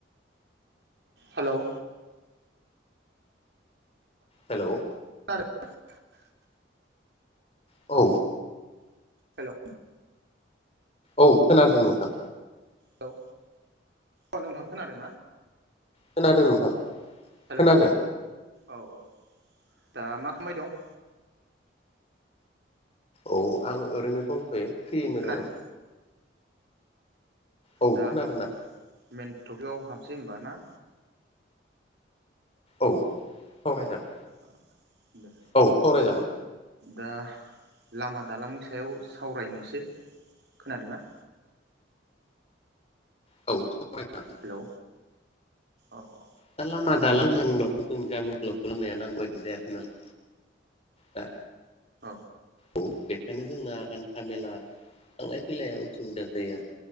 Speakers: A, on the right; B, on the left.
A: हेलौ
B: हेलौ
A: <unintelligible>
B: औ
A: हेलौ
B: औ खोनादों नोंथां।
A: हेलौ अ' नोंथां खोनादो ना?
B: खोनादो नोंथां।
A: हेलौ
B: खोनादों
A: औ औ औ दा मा खामबाय दं?
B: औ आं ओरैनो दंथ'यो फ्रियैनो
A: खोनादों
B: दङ। औ
A: दा
B: खोनादोंना
A: मा मेेन थपिकाव हाबसै होमबा ना।
B: औ सावराय जागोन।
A: आ दे।
B: औ सावराय जागोन।
A: दा लामा दालांनि सायाव सावरायनोसै। खोनादों ना?
B: औ सावरायजागोन
A: हेलौ औ औ
B: दा लामा दालां होनना बुंब्लाथ' जोंनि गामिल' खालामनाया नांगौ बायदि जायासै नाल दा
A: औ
B: औ बेखायनो जोंना हान्था मेला थांलाय फैलाया उसुबिदा जायो आर